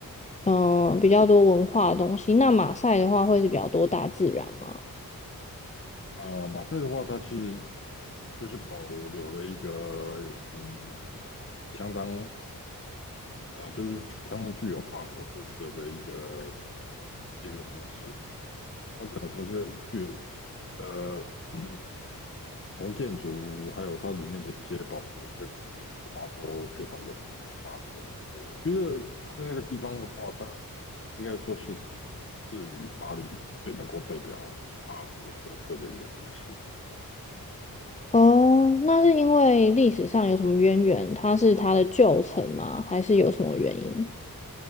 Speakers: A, on the left; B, on the left.
A: 嗯、比较多文化的东西。那马赛的话会是比较多大自然吗？
B: 好。啊、马赛的话，它是就是保留了一个嗯，相当啊、就是相当具有法国特色的一个一个城市。它整个城市具有呃 <clears throat> 从建筑还有它里面的一些保存的一些古迹的话，都非常的具有法国特色。我觉得它在那个地方的话，它应该说是至于巴黎最能够代表法国特色的一个城市。
A: 哦，那是因为历史上有什么渊源？它是它的旧城吗？还是有什么原因？